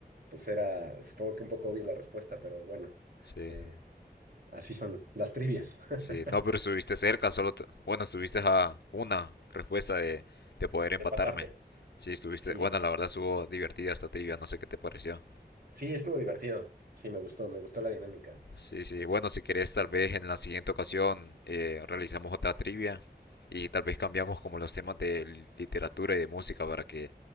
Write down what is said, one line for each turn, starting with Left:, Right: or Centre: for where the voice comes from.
Right: pues era, supongo que un poco obvia la respuesta, pero bueno,
Left: Sí.
Right: eh, así son las trivias. <laughs>
Left: Sí, no, pero estuviste cerca, solo, te- bueno, estuviste a una respuesta de, de poder
Right: De
Left: empatarme.
Right: empatarte.
Left: Sí, estuviste,
Right: Sí,
Left: bueno, la verdad estuvo divertida esta trivia, no sé qué te pareció.
Right: sí, estuvo divertido. Sí, me gustó, me gustó la dinámica.
Left: Sí, sí, bueno, si querés tal vez en la siguiente ocasión eh, realizamos otra trivia y tal vez cambiamos como los temas de literatura y de música para que,